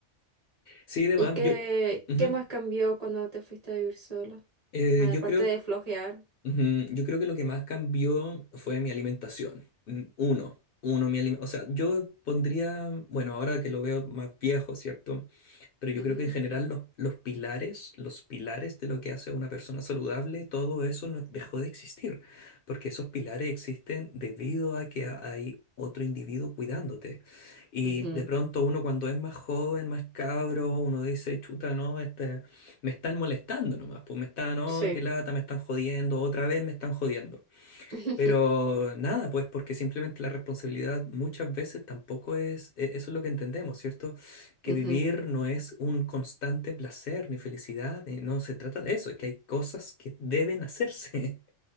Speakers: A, on the left; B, on the right.
A: Sí, demás,
B: ¿Y qué,
A: yo, ujú.
B: qué más cambió cuando te fuiste a vivir solo?
A: Eh,
B: Aparte
A: yo creo,
B: de flojear.
A: ujú, yo creo que lo que más cambió fue mi alimentación. Mm, Uno, uno, mi alimentación. O sea, yo pondría, bueno, ahora que lo veo más viejo, ¿cierto? Pero yo
B: Ujú,
A: creo que en general los, los pilares, los pilares de lo que hace a una persona saludable, todo eso no dejó de existir, porque esos pilares existen debido a que ha- hay otro individuo cuidándote. Y
B: ujú,
A: de pronto uno cuando es más joven, más cabro, uno dice, chuta, no, este, me están molestando nomás, pues me están, no,
B: Sí.
A: qué lata, me están jodiendo, otra vez me están jodiendo.
B: <laughs>
A: Pero nada, pues porque simplemente la responsabilidad muchas veces tampoco es, e- eso es lo que entendemos, ¿cierto? Que
B: Ujú,
A: vivir no es un constante placer ni felicidad, eh, no se trata de eso, es que hay cosas que deben hacerse.